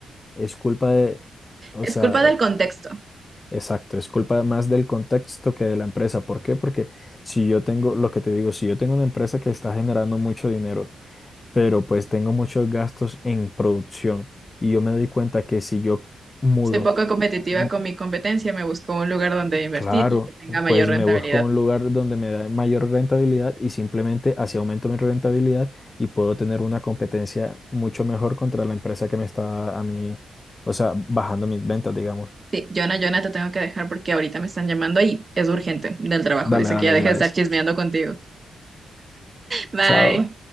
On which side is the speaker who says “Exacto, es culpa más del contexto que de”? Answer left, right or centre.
Left